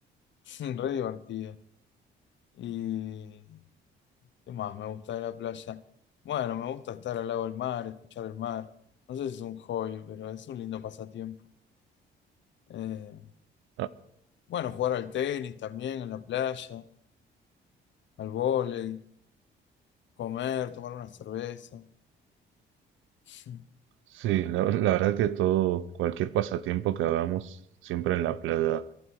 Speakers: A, on the left (about 65°); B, on the right (about 80°).
A: <laughs> re divertido. Y ¿Qué más me gusta de la playa? Bueno, me gusta estar al lado del mar, escuchar el mar. No sé si es un hobby, pero es un lindo pasatiempo. Eh,
B: Ah,
A: bueno, jugar al tenis también en la playa, al vóley, comer, tomar una cerveza. <laughs>
B: sí, la, la verdad que todo, cualquier pasatiempo que hagamos, siempre en la playa,